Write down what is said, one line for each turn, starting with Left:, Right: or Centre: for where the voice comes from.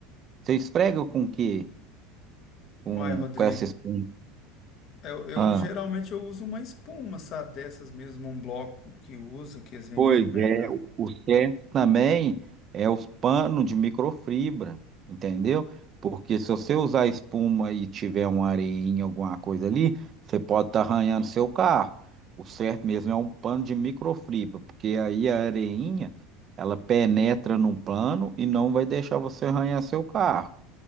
Right: você esfrega com o quê? Com,
Left: olha, Rodrigo,
Right: com essa espuma?
Left: eu, eu
Right: Ah.
Left: geralmente eu uso uma espuma, sabe, dessas mesmo, um bloco que uso, que eles vendem
Right: Pois
Left: em supermercado.
Right: é, o o certo também é os panos de microfibra, entendeu? Porque se você usar espuma e tiver uma areinha, alguma coisa ali, você pode estar arranhando seu carro. O certo mesmo é um pano de microfibra, porque aí a areinha, ela penetra num pano e não vai deixar você arranhar seu carro.